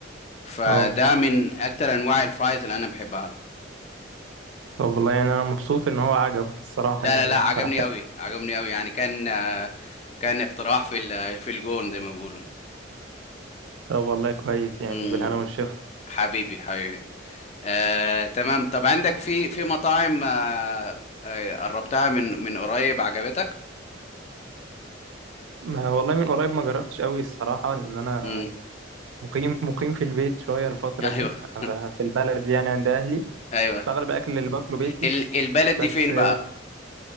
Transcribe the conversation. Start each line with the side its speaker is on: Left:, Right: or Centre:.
Left: فده
Right: اه
Left: من اكتر انواع الفرايز اللي انا بحبها
Right: طب والله يعني انا مبسوط ان هو عجبك الصراحة
Left: لا
Right: يعني
Left: لا لا عجبني
Right: اقترحت
Left: قوي عجبني قوي يعني كان آه، كان اقتراح في ال- في الجون زي ما بيقولوا
Right: طب والله كويس يعني
Left: مم،
Right: بالهنا والشفا
Left: حبيبي حبيبي آه، تمام طب عندك في في مطاعم آه، آه، قربتها من من قريب عجبتك
Right: ما والله من قريب ما جربتش قوي الصراحة لأن أنا
Left: امم
Right: مقيم مقيم في البيت شوية الفترة
Left: <laughs> ايوه
Right: دي ف- في البلد يعني عند أهلي
Left: ايوه
Right: فأغلب الأكل اللي باكله بيتي
Left: ال- البلد دي
Right: بس
Left: فين بقى